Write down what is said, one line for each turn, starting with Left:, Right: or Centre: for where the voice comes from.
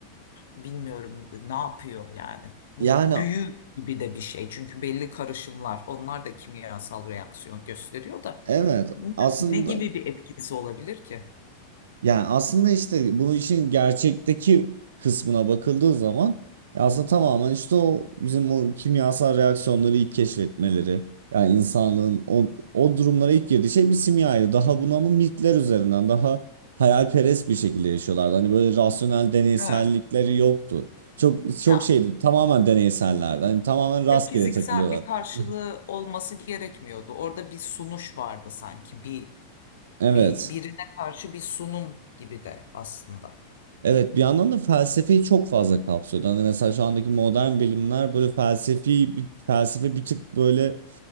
Left: bilmiyorum ne yapıyor yani? Bu
Right: Yani
Left: büyü gibi de bir şey çünkü belli karışımlar onlar da kimyasal reaksiyon gösteriyor da
Right: evet
Left: ne,
Right: aslında
Left: ne gibi bir etkisi olabilir ki?
Right: Yani aslında işte bu işin gerçekteki kısmına bakıldığı zaman ya aslında tamamen işte o bizim o kimyasal reaksiyonları ilk keşfetmeleri. Yani insanlığın o, o durumlara ilk girdiği şey bir simyaydı. Daha buna mı mitler üzerinden daha hayalperest bir şekilde yaşıyorlardı. Hani böyle rasyonel deneysellikleri
Left: Ha.
Right: yoktu. Çok çok
Left: Ya
Right: şeydi tamamen deneysellerdi. Hani tamamen rastgele
Left: ve fiziksel
Right: takılıyorlar.
Left: bir karşılığı
Right: <laughs>
Left: olması gerekmiyordu. Orada bir sunuş vardı sanki bir
Right: Evet.
Left: Bir, birine karşı bir sunum gibi de aslında.
Right: Evet bir yandan da felsefeyi çok fazla kapsıyordu. Hani mesela şu andaki modern bilimler böyle felsefi bir- felsefe bir tık böyle